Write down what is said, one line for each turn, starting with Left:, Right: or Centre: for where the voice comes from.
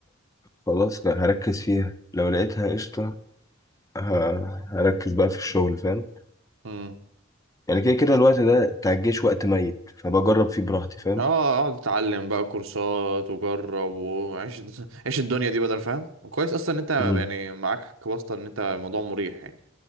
Left: خلاص هركز فيها لو لقيتها قشطة ه- هركز بقى في الشغل فاهم
Right: امم
Left: يعني كده كده الوقت ده بتاع الجيش وقت ميت فبجرب فيه براحتي فاهم
Right: اه اقعد اتعلم بقى كورسات وجرب وعيش <laughs> عيش الدنيا دي بدل فاهم وكويس اصلا ان انت يعني
Left: مم.
Right: معاك واسطه ان انت الموضوع مريح يعني